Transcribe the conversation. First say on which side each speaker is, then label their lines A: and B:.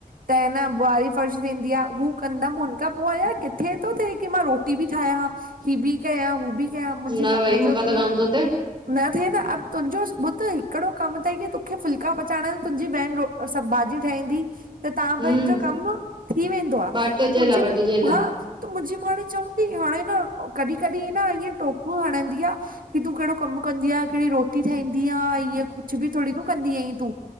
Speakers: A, on the right (about 70°); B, on the right (about 35°).
A: त अन ॿुहारी फर्श थींदी आ हू कंदम हुन खां पो न आया किथे थो थे कि मां रोटी भी ठायां ही भी कया हू भी। कयां मुंजी
B: न
A: मुंजो
B: भई मूंखां त
A: पीउ।
B: कान थो थिए
A: न थे न अब तुंजो ॿुध हिकड़ो कम तई की तोखे फुल्का पचाइण तुंजी भेण रो सभ भाॼी ठाईंदी त तहां
B: हम्म
A: ॿिनिन जो कम थी वेंदो आ
B: बाटजेला
A: अऊं मुंजी
B: बटजेला
A: मां त मुंजी माणे चवंदी हाणे न कॾी कॾी न ईंय टोकू हणंदी आ। की तूं केड़ो कम कंदी आ केड़ी रोटी ठाईंदी आ ईंय कुछ भी थोड़ी न कंदी आहीं तूं।